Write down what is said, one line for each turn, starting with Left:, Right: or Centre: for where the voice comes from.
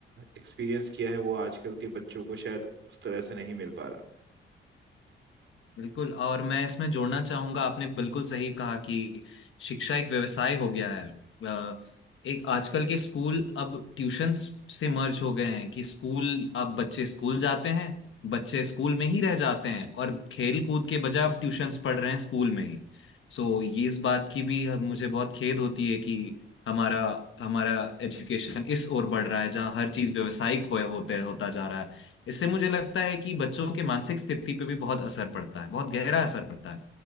Right: एक्सपीरियंस किया है वो आजकल के बच्चों को शायद उस तरह से नहीं मिल पा रहा
Left: बिल्कुल और मैं इसमें जोड़ना चाहूंगा आपने बिल्कुल सही कहा कि शिक्षा एक व्यवसाय हो गया है अ, एक आजकल के स्कूल अब ट्यूशंस से मर्ज हो गए हैं कि स्कूल अब बच्चे स्कूल जाते हैं बच्चे स्कूल में ही रह जाते हैं और खेल कूद के बजाय अब ट्यूशंस पढ़ रहे हैं स्कूल में ही सो ये इस बात की भी हम- मुझे बहुत खेद होती है कि हमारा हमारा एजुकेशन इस ओर बढ़ रहा है जहाँ हर चीज व्यवसायिक हो होते होता जा रहा है इससे मुझे लगता है कि बच्चों के मानसिक स्थिति पे भी बहुत असर पड़ता है बहुत गहरा असर पड़ता है